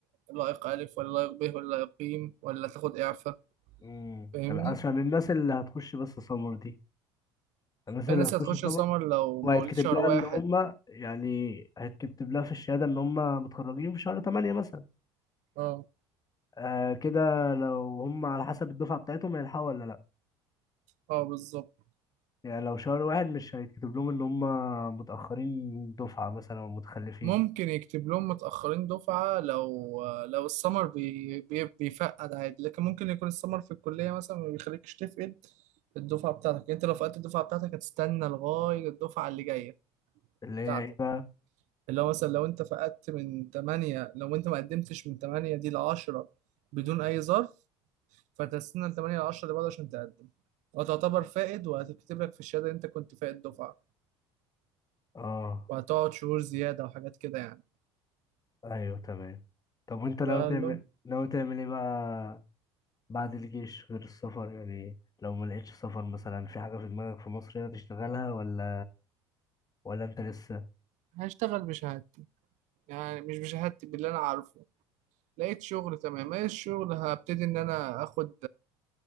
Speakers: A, on the right; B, on the left.
A: لائق الف ولا لائق ب ولا لائق ب ولا تاخد اعفاء
B: مم.
A: فاهمني
B: عشان الناس اللي هتخش بس سمر دي الناس
A: الناس
B: اللي هتخش
A: هتخش
B: سمر
A: سمر لو
B: وهيتكتب
A: مواليد شهر
B: لها
A: واحد
B: ان هم يعني هيتكتب لها في الشهاده ان هم متخرجين في شهر 8 مثلا
A: اه
B: آه كده لو هم على حسب الدفعه بتاعتهم هيلحقوا ولا لا
A: اه بالظبط
B: يعني لو شهر واحد مش هيتكتب لهم ان هم متاخرين دفعه مثلا او متخلفين
A: ممكن يكتب لهم متأخرين دفعة لو لو السمر بي بي بيفقد عادي لكن ممكن يكون السمر في الكلية مثلا ما بيخليكش تفقد الدفعة بتاعتك يعني انت لو فقدت الدفعة بتاعتك هتستنى لغاية الدفعة اللي جاية
B: اللي هي
A: بتاعتك
B: ايه بقى
A: اللي هو مثلا لو انت فقدت من 8 لو انت ما قدمتش من 8 دي ل 10 بدون اي ظرف فتستنى ل 8 ل 10 اللي بعده عشان تقدم وتعتبر فائد وهتكتب لك في الشهادة ان انت كنت فائد دفعة
B: اه
A: وهتقعد شهور زيادة وحاجات كده يعني
B: ايوه تمام طب وانت ناوي
A: فقال
B: تعمل
A: له
B: ناوي تعمل ايه بقى بعد الجيش غير السفر يعني لو ما لقيتش سفر مثلا في حاجة في دماغك في مصر هنا تشتغلها ولا ولا انت لسه
A: هشتغل بشهادتي يعني مش بشهادتي باللي انا عارفه لقيت شغل تمام ايه الشغل هبتدي ان انا اخد